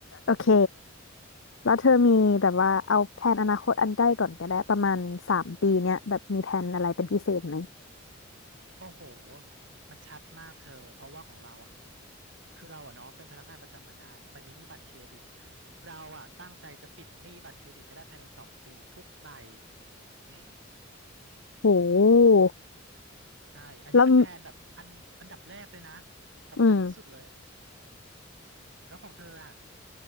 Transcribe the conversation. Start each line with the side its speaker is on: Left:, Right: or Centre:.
Left: โอเค แล้วเธอมีแบบว่าเอาแผนอนาคตอันใกล้ก่อนก็ได้ประมาณสามปีเนี้ยแบบมีแผนอะไรเป็นพิเศษไหม
Right: โอ้โห มันชัดมากเธอ เพราะว่าของเราอ่ะ คือเราอ่ะเนาะเป็นพนักงานประจำมานาน มันมีหนี้บัตรเครดิต เราอ่ะตั้งใจจะปิดหนี้บัตรเครดิตให้ได้ภายในสองปีทุกใบอืม
Left: โห
Right: ใช่ อันนี้เป็นแพลนแบบอันอันดับแรกเลยนะ
Left: แล้ว
Right: สำคัญที่สุดเลย
Left: อืม
Right: แล้วของเธออ่ะ